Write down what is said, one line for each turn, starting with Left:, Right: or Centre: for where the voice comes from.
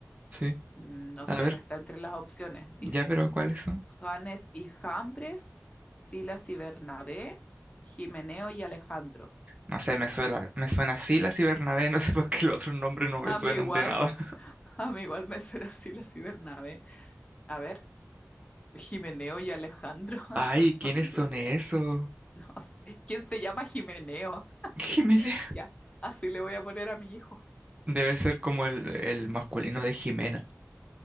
Right: Sí.
Left: Mm, No sé,
Right: A ver,
Left: no está entre las opciones. Dice,
Right: ya, pero ¿cuáles son?
Left: Janes y Jambres, Silas y Bernabé, Jimeneo y Alejandro.
Right: No sé, me suena, me suena Silas y Bernabé, <laughs> no sé por qué los otros nombres no me
Left: A
Right: suenan
Left: mí igual,
Right: de nada.
Left: <laughs> a mí igual me será Silas y Bernabé. A ver. Jimeneo y Alejandro. <laughs>
Right: Ay, ¿quiénes
Left: No tengo
Right: son
Left: idea.
Right: esos?
Left: <laughs> No sé. ¿Quién se llama Jimeneo?
Right: <laughs> Jimena.
Left: Ya, así le voy a poner a mi hijo.
Right: Debe ser como el, el masculino de Jimena.